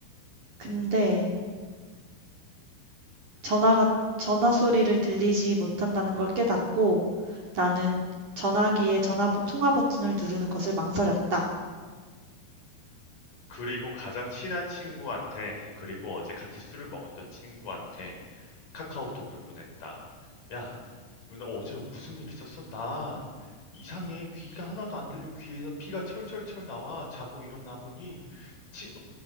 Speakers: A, on the right; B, on the left.
A: 근데 전화가 전화 소리를 들리지 못한다는 걸 깨닫고 나는 전화기에 전화 통화 버튼을 누르는 것을 망설였다.
B: 그리고 가장 친한 친구한테, 그리고 어제 같이 술을 먹었던 친구한테 카카오톡을 보냈다. 야, 너 어제 무슨 일 있었어? 나 이상해. 귀가 하나도 안 들리고 귀에서 피가 철철철 나와. 자고 일어나 보니 치-